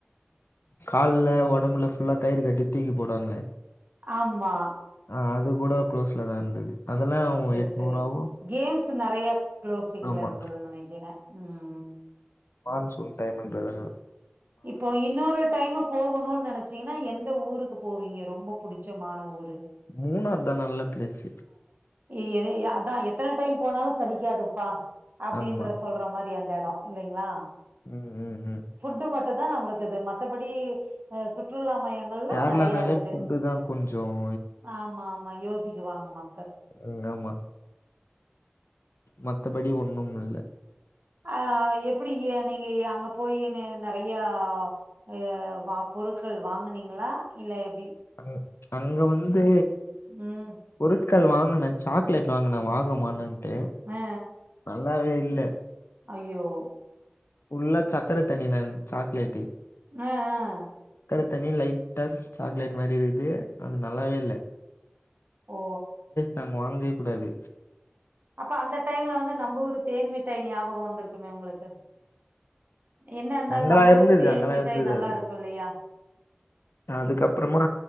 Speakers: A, on the left (about 80°); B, on the right (about 50°).
A: கால்ல ஒடம்புல ஃபுல்லா கயிறு கட்டி தூக்கி போடுவாங்களே
B: ஆமா
A: ஆ அது கூட குளோஸ்ல தான் இருந்தது அதெல்லாம்
B: சர்
A: எட்நூறாவும்
B: சரி கேம்ஸ் நெறயா க்ளோஸ் கிங்ல
A: ஆமா
B: இருந்ததுனு நெனைக்கி றே உம்
A: மான்சூன் டைமண்ட் வரனு
B: இப்போ இன்னொரு டைம் போகணும்னு நெனைச்சீங்கன்னா எந்த ஊருக்கு போவீங்க ரொம்ப புடிச்சமான ஊரு
A: மூணாறு தான் நல்ல பிளேஸு
B: ஏ ஏ அதான் எத்தன டைம் போனாலும் சலிக்காதுப்பா அப்டின்ற
A: ஆமா
B: சொல்ற மாரி தி அந்த இடம் இல்லைங்களா
A: ம் ம் ம்
B: ஃபுட்டு மட் டு தான் நம்மளுக்கு இது மத்தபடி ஆஹ் சுற்றுலா மையங்கள்லாம்
A: கேரளானாலே
B: நெறைய இருக்கு
A: ஃபுட்டு தான் கொஞ்சம்
B: ஆமா ஆமா யோஸ் சிக்குவாங்கம்மா
A: உங்கமா மத்தபடி ஒண்ணும் இல்ல
B: அஹ் எப்பிடி ஏ நீங்க ய் அங்க போயு நெறைய ஆஹ் வ பொருட்கள் வாங்குனீங்களா இல்ல எப்டி
A: அ அங்க வந்து
B: ம்
A: பொருட் கள் வாங்குனே சாக்லேட் வாங்குனே வாங்க மானு டு
B: ஆ
A: நல்லாவே இல்ல
B: ஐய்யோ
A: உள்ள ச தர தண்ணி நா சாக்கலேட்ட்
B: ஹ் ஆஹ்
A: த்தனியா லைட்டா சாக்லைட் மாதிரி இருக்குது அது நல்லாவே இல்ல
B: ஓ
A: நா வாங்கவே கூடாது
B: அப்ப அந்த டைம்ல வந்து நம்ம ஒரு தேன்மிட் தேன் ஞாபகம் வந்திருக்கு க்குமே உங்களுக்கு என்ன இருந்தாலும்
A: அங்கெல்லாம்
B: நம்ம
A: இருந்தது
B: ஊர் தேன்
A: அங்கெல்லாம்
B: மிட்டாய்
A: இருந்தது
B: நல்லா
A: அது
B: இருக்கும் இல்லையா
A: அதுக்கப்புறமா